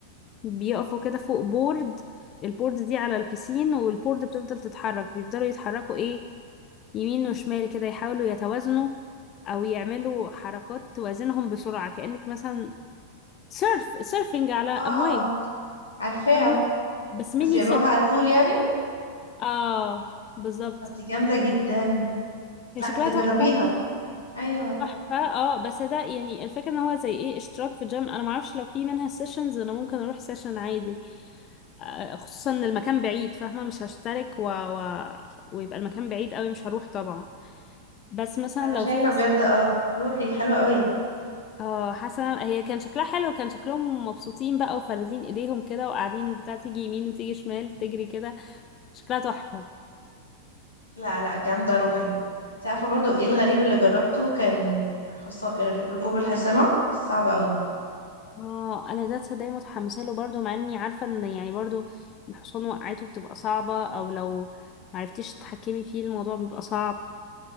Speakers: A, on the left (about 35°); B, on the left (about 85°).
A: بيقفوا كده فوق بورد البورد دي على البيسين والبورد بتفضل تتحرك بيفضلوا يتحركوا ايه يمين وشمال كده يحاولوا يتوازنوا او يعملوا حركات توازنهم بسرعة كأنك مثلا سيرف سيرفنج على امواج
B: اه اه اه عارفاه
A: فاهمة
B: اه
A: بس ميني
B: بس بيعملوها
A: سيرف
B: على الفول يعني
A: اه بالظبط
B: طب دي جامده جدا
A: هي
B: لا
A: شكلها
B: دي جربيها
A: تحفة
B: ايوه
A: تحفة اه بس ده يعني الفكرة ان هو زي ايه اشتراك في جيم انا معرفش لو في منها سيشنز انا ممكن اروح سيشن عادي آه، خصوصا ان المكان بعيد فاهمة مش هشترك و... و... ويبقى المكان بعيد قوي مش هروح طبعا بس مثلا
B: انا
A: لو
B: شايفه
A: فيها
B: بجد اه روحي حلوه قوي
A: اه حسنا هي كان شكلها حلو كان شكلهم مبسوطين بقى وفاردين ايديهم كده وقاعدين البتاع تيجي يمين وتيجي شمال تجري كده شكلها تحفة
B: لا لا جامده روحي انت عارفه برضو ايه الغريب اللي جربته كان حص... ركوب الحصانه صعب قوي
A: اه انا ده تصدقي متحمسه له برضو مع اني عارفه ان يعني برضو الحصان وقعته بتبقى صعبه او لو معرفتيش تتحكمي فيه الموضوع بيبقى صعب